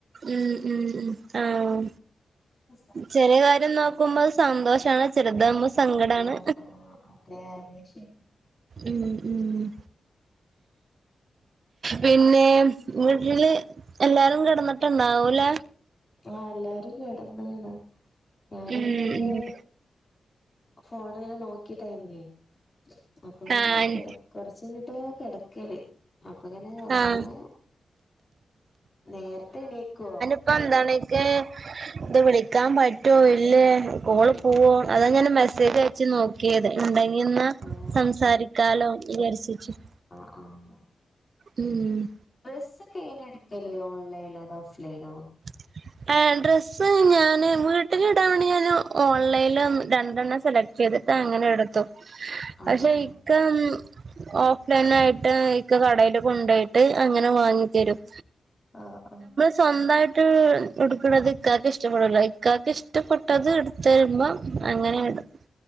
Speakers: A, on the right; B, on the left.
A: ഉം ഉം ഉം ആഹ്.
B: <inaudible>
A: ചെറിയ കാര്യം നോക്കുമ്പോ സന്തോഷാ ണ് ചെറുതാ സങ്കടാണ്
B: ആഹ് അതെ അതെ ശരി
A: ഉം ഉം ഉം പിന്നെ വീട്ടില് എല്ലാരും കിടന്നോ? ട്ട് ണ്ടാ വൂല്ല
B: ആഹ് എല്ലാരും കെടന്നാണ് ഞാന്
A: ഉം
B: പിന്നങ്ങനെ
A: ഉം
B: ഫോണിൽ നോക്കിട്ടൈമേ അപ്പൊ ഇങ്ങനെ
A: ആഹ്
B: കെട കൊറ ച് ചെയ്തിട്ടേ കെടക് <unintelligible> അപ്പൊ ഇങ്ങനെ ഒർങ്ങാ
A: ആഹ്
B: നേര് ത്തെ ണീക്കോ
A: പ്പന്തണക്ക് ത് വിളിക്കാൻ പറ്റുവോ ഇല്ലേ കോള് പോവോ അതെങ്ങനെ മെസ്സേജ് ആയി ച്ച് നോക്കിയത് ഉണ്ടെങ്കി ന്നാ
B: ആഹ്
A: സംസാരിക്കാലോ വിജാര് ച്ച് ട്ട്
B: അ
A: മ്മ്
B: ഡ്രസ്സൊക്കെ എങ്ങനെ എടുക്കലേോ ഓൺലൈനോതോ ഓഫ്‌ലൈനോ
A: <inaudible> ആ ഡ്രസ്സ് ഞാന് വീട്ടില് ടാൻ വേണ്ടി ഞാന് ഓൺലൈലും രണ്ടെണ്ണം സെലക്ട് ചെയ്തിട്ട് അങ്ങനെ എടുത്തു
B: ആഹ്
A: പക്ഷെ ഇക്കം ഓഫ്‌ലൈൻ ആയിട്ട് ഇക്ക കടെല് കൊണ്ടോയിട്ട് അങ്ങനെ വാങ്ങി തരും
B: ആഹ് ആഹ്
A: സ്വന്തമായിട്ട് എടുക്ക്ണത് ഇക്കക്ക് ഇഷ്ടപ്പടൂല ഇക്കക്ക് ഇഷ്ടപ്പെട്ടത് തരുമ്പോം അങ്ങനെ ടും